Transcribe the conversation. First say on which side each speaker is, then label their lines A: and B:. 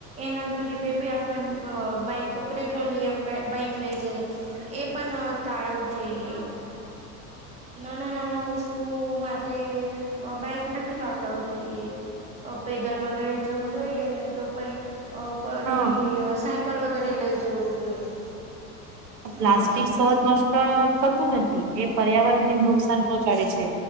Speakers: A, on the right; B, on the right.
A: એના દૂરી પે બી આપ બાઈક પેટ્રોલિયમ બાઈક લઈ જઈ એ પણ ટાળાવું જોઈએ. નાના-નાના વસ્તુઓ માટે બાઈક નથી વાપરવું જોઈએ. પેદલ વગેરે જવું જોઈએ નહ તો કઈ અ પરી
B: હા
A: સાયકલ વગેરે લઈ જવું જોઈએ
B: પ્લાસ્ટિક
A: એના માટે.
B: સહજ નષ્ટ થતું નથી એ પર્યાવરણ ને નુકસાન પહોંચાડે છે.